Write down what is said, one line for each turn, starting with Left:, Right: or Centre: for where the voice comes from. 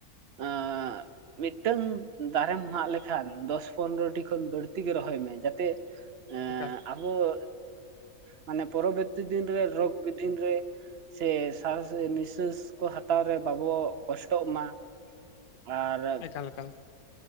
Right: ᱟᱸᱻ ᱢᱤᱫᱴᱟᱹᱝ ᱫᱟᱨᱮᱢ ᱢᱟᱜ ᱞᱮᱠᱷᱟᱱ ᱫᱚᱥ ᱯᱚᱱᱫᱨᱚ ᱴᱤ ᱠᱷᱚᱱ ᱵᱟᱹᱲᱛᱤ ᱜᱮ ᱨᱚᱦᱚᱭ ᱢᱮ ᱡᱟᱛᱮ <inaudible>
Left: ᱮᱠᱟᱞ
Right: ᱟᱨᱦᱚᱸ, ᱢᱟᱱᱮ ᱯᱚᱨᱚ ᱵᱚᱨᱛᱤ ᱫᱤᱱᱨᱮ ᱨᱚᱜᱽ ᱵᱤᱫᱷᱤᱱ ᱨᱮ ᱥᱮ ᱥᱟᱸᱥ ᱱᱤᱥᱟᱹᱥ ᱠᱚ ᱦᱟᱛᱟᱣ ᱨᱮ ᱵᱟᱵᱚ ᱠᱚᱥᱴᱚᱜ ᱢᱟ ᱟᱨ
Left: ᱮᱠᱟᱞ ᱮᱠᱟᱞ